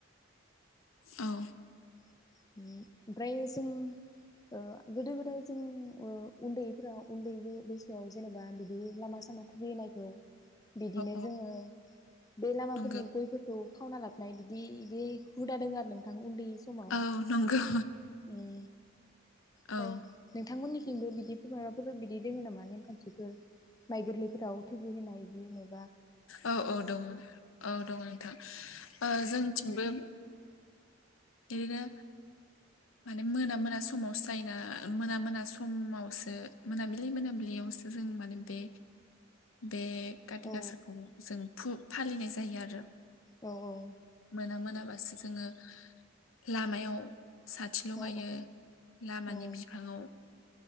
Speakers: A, on the left; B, on the left.
A: औ
B: ओमफ्राय जों ओ गोदो गोदाय जों ओ उन्दैफोरा उन्दै बैसोआव जेनेबा बिदि लामा सामा थुगिनायखौ बिदिनो
A: औ
B: जोङो बे लामाफोरनि
A: नंगौ
B: गयफोरखौ खावना लाबनाय बिदि इ <unintelligible> दि हुदा दोङो आरो नों दा उन्दै समाव उम
A: औ नंगौ
B: पाय
A: औ
B: नोंथांमोननि थिग बेबादि माबाफोर बिदि दोङो नामा नेमखान्थिफोर माइ गोरलैफोराव थुगि होनाय बिदिधँ
A: औ औ दङ औ दङ नोंथां ओ जोंथिंबो ओरैनो माने मोना मोना समावसो थायोना मोना मोना समावसो मोनाबिलि मोनाबिलियावसो जों माने बे बे काथि
B: औ
A: गासाखौ जों फु फालिनाय जायो आरो
B: औ औ
A: मोना मोनाबासो जोङो लामायाव साथि लगायो
B: औ
A: लामानि
B: औ
A: बिफाङाव